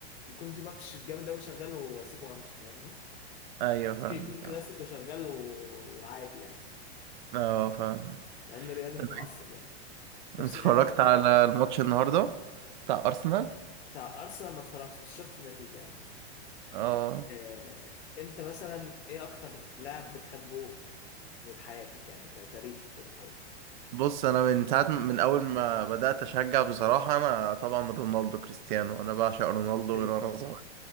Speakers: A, on the left (about 70°); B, on the right (about 45°).
A: يكون في ماتش جامد قوي شغال واسيبه وامشي فاهمني
B: ايوه فاهمك
A: ممكن يكون كلاسيكو
B: اه
A: شغال و- وعادي يعني
B: اه فاهمك
A: مع انه ريالي
B: طب
A: متعصب يعني طب
B: اتفرجت
A: سؤال انت
B: على الماتش النهاردة بتاع أرسنال
A: بتاع ارسنال ما اتفرجتش بس شفت النتيجة يعني
B: اه
A: آه، انت مثلا ايه اكتر لاعب بتحبه في حياتك يعني كتاريخ كرة قدم
B: بص انا من ساعة من اول ما بدأت اشجع بصراحة انا طبعا رونالدو كريستيانو انا بعشق رونالدو
A: سيم
B: من وانا صغير